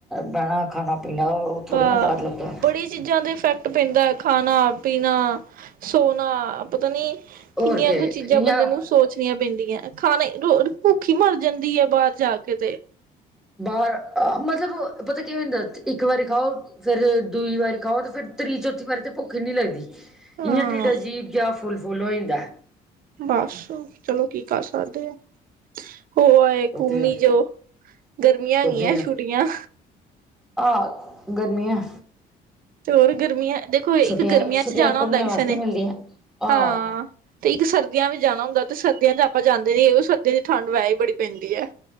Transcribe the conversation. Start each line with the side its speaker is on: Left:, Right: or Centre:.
Centre: ਬਹਿਣਾ ਖਾਣਾ ਪੀਣਾ ਥੋੜ੍ਹੀ
Right: ਬ
Centre: ਨਾ ਬਾਹਰ ਲੱਭਦਾ
Right: ਬੜੀ ਚੀਜ਼ਾਂ ਦਾ ਇਫੈਕਟ ਪੈਂਦਾ ਹੈ। ਖਾਣਾ ਪੀਣਾ ਸੋਣਾ ਪਤਾ ਨੀ
Centre: ਹੋਰ
Right: ਕਿੰਨੀਆਂ
Centre: ਕੀ
Right: ਕੁ ਚੀਜ਼ਾਂ
Centre: ਇਆਂ
Right: ਬੰਦੇ ਨੂੰ ਸੋਚ ਣੀਆਂ ਪੈਂਦੀਆਂ ਖਾਣੇ ਰ ਭੁੱਖ ਹੀ ਮਰ ਜਾਂਦੀ ਹੈ। ਬਾਹਰ ਜਾ ਕੇ ਤੇ
Centre: ਬਾਹਰ ਮਤਲਬ ਪਤਾ ਕੀ ਹੁੰਦਾ ਇੱਕ ਵਾਰੀ ਖਾਓ ਫੇਰ ਦੂਈ ਵਾਰੀ ਖਾਓ ਤੇ ਫੇਰ ਤ੍ਰੀ ਚੌਥੀ ਵਾਰੀ ਤੇ ਭੁੱਖ ਈ ਨੀ ਲੱਗਦੀ
Right: ਹਾਂ
Centre: ਇਆਂ ਢਿੱਡ ਅਜੀਬ ਜਿਹਾ ਫੁੱਲ ਫੁੱਲ ਹੋ ਜਾਂਦਾ
Right: ਬਸ ਚਲੋ ਕੀ ਕਰ ਸਕਦੇ ਆ ਹੋ ਆਏ
Centre: ਉੱਥੇ
Right: ਘੁੰਮੀ ਜੋ ਗਰਮੀਆਂ
Centre: ਘੁੰਮੀ
Right: ਗੀਆਂ
Centre: ਆ
Right: ਛੁੱਟੀਆਂ
Centre: ਆਹ ਗਰਮੀੀਆਂ
Right: ਤੇ ਹੋਰ ਗਰਮੀਆਂ ਦੇਖੋ ਇੱਕ
Centre: ਛੁੱਟੀਆਂ
Right: ਗਰਮੀਆਂ
Centre: ਛੁੱਟੀਆਂ
Right: ਚ ਜਾਣਾ
Centre: ਘੁੰਮਣੇ
Right: ਹੁੰਦਾ ਕਿਸੇ
Centre: ਵਾਸਤੇ
Right: ਨੇ
Centre: ਮਿਲਦੀਆਂ ਆਹ
Right: ਹਾਂ ਤੇ ਇੱਕ ਸਰਦੀਆਂ ਵੀ ਜਾਣਾ ਹੁੰਦਾ ਤੇ ਸਰਦੀਆਂ ਚ ਆਪਾਂ ਜਾਂਦੇ ਨੀ ਉਹ ਸਰਦੀਆਂ ਦੀ ਠੰਡ ਵਹਿ ਹੀ ਬੜੀ ਪੈਂਦੀ ਹੈ